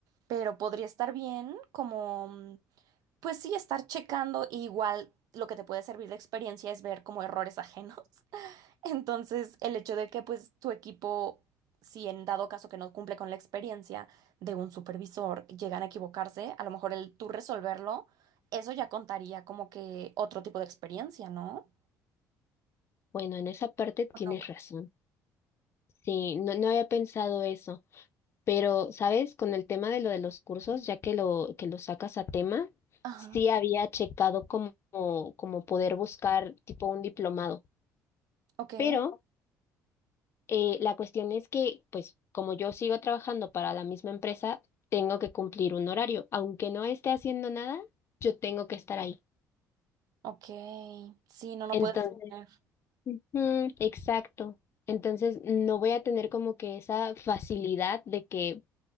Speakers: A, on the right; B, on the left.
A: pero podría estar bien como, mm, pues sí, estar checando y igual lo que te puede servir de experiencia es ver como errores ajenos. <laughs> Entonces, el hecho de que pues tu equipo, si en dado caso que no cumple con la experiencia de un supervisor, llegan a equivocarse, a lo mejor el tú resolverlo, eso ya contaría como que otro tipo de experiencia, ¿no?
B: Bueno, en esa parte tienes
A: ¿O no?
B: razón. Sí, no, no había pensado eso, pero, ¿sabes? Con el tema de lo de los cursos, ya que lo, que lo sacas a tema,
A: Ajá,
B: sí había checado como, como poder buscar tipo un diplomado,
A: ok.
B: pero eh, la cuestión es que, pues, como yo sigo trabajando para la misma empresa, tengo que cumplir un horario, aunque no esté haciendo nada, yo tengo que estar ahí.
A: Ok, sí, no, no
B: Entonces.
A: puedes exponer.
B: Ujú, exacto. Entonces no voy a tener como que esa facilidad de que